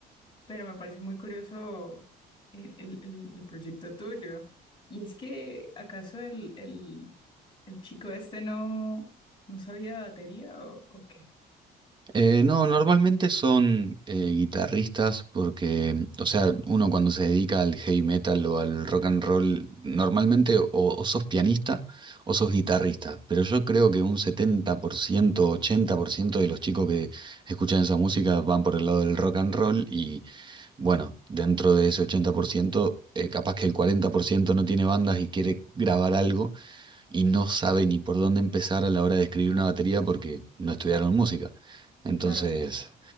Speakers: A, on the left; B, on the right.
A: pero me parece muy curioso el, el- el- el proyecto tuyo. Y es que, ¿acaso el, el- el chico este no, no sabía de batería o, o qué?
B: Eh, no, normalmente son eh, guitarristas porque, mm, o sea, uno cuando se dedica al heavy metal o al rock and roll, normalmente o, o sos pianista o sos guitarrista. Pero yo creo que un setenta por ciento ochenta por ciento de los chicos que escuchan esa música van por el lado del rock and roll y bueno, dentro de ese 80%, eh, capaz que el 40% no tiene bandas y quiere grabar algo y no sabe ni por dónde empezar a la hora de escribir una batería porque no estudiaron música. Entonces,
A: Claro,